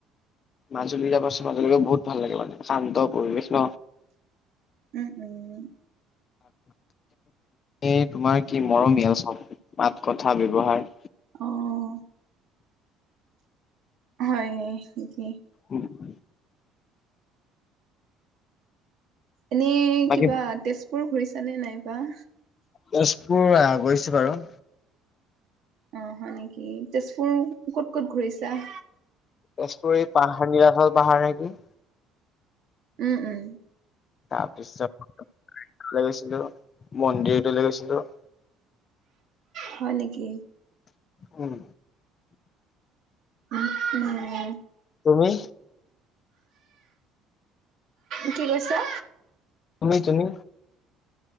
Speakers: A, on the left (about 45°); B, on the right (about 60°).
A: মাজুলী যাবাচোন, মাজুলী গৈ বহুত ভাল লাগে মানে, শান্ত পৰিৱেশ ন।
B: উম উম।
A: এই তোমাৰ কি মৰমীয়াল চব মাত, কথা ব্যৱহাৰ।
B: অ'। হয় নি?
A: <inaudible>
B: এনেই
A: বাকী
B: কিবা তেজপুৰ ঘুৰিছা নে নাইবা?
A: তেজপুৰ আহ গৈছো বাৰু।
B: অ' হয় নেকি? তেজপুৰ ক'ত ক'ত ঘূৰিছা?
A: তেজপুৰ এই পাহাৰ নীলাচল পাহাৰ নেকি।
B: উম উম।
A: তাৰপিছত গৈছিলো, মন্দিৰটো লৈ গৈছিলো।
B: হয় নেকি?
A: উম।
B: <unintelligible>
A: তুমি?
B: কি কৈছা?
A: তুমি তুমি?